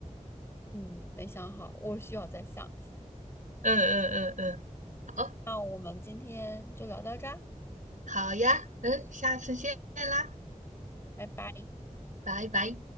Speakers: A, on the left (about 20°); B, on the right (about 70°).
A: 嗯，没想好，我需要再想一想。
B: 嗯嗯嗯嗯，好，
A: 那我们今天就聊到这儿，
B: 好呀，嗯，下次见啦，
A: 拜拜。
B: 拜拜。